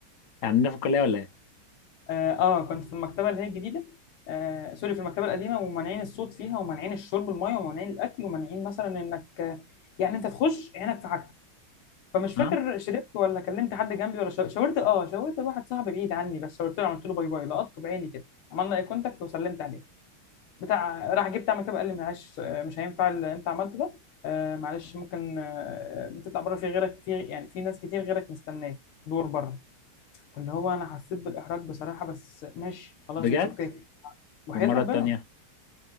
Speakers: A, on the left; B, on the left.
A: يعني عندنا في الكلية ولا ايه
B: <laughs> اه آه، كنت في المكتبه اللي هي الجديده آه سوري في المكتبه القديمه ومانعين الصوت فيها ومانعين الشرب الميه ومانعين الاكل ومانعين مثلا انك آه، يعني انت تخش عينك في حاجتك فمش فاكر
A: ها
B: شربت ولا كلمت حد جنبي ولا شا- شاورت اه شاورت واحد صاحبي بعيد عني بس شاورت له عملت له باي باي لقطته بعيني كده عملنا اي كونتاكت وسلمت عليه بتاع راح جه بتاع مكتبه قال لي معلش آه، مش هينفع اللي انت عملته ده آه معلش ممكن آه آه، تطلع بره في غيرك في يعني في ناس كتير غيرك مستناك دور بره فاللي هو انا حسيت بالاحراج بصراحه بس ماشي خلاص
A: بجد
B: اتس اوكي وحياة
A: والمرة
B: ربنا
A: التانية